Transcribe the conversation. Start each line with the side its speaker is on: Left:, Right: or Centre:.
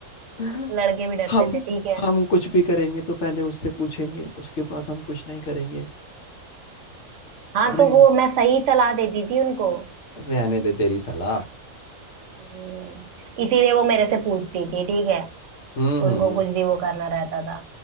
Left: <laughs>
Right: लड़के भी डरते
Left: हम
Right: थे ठीक है
Left: हम कुछ भी करेंगे तो पहले उससे पूछेंगे उसके बाद हम कुछ नहीं करेंगे
Right: हाँ
Left: अरे
Right: तो वो मैं सही सलाह देती थी उनको
Left: रहने दे तेरी सलाह
Right: हम्म, इसीलिए वो मेरे से पूछती थी ठीक है
Left: हम्म
Right: उनको
Left: हम्म
Right: कुछ भी वो करना रहता था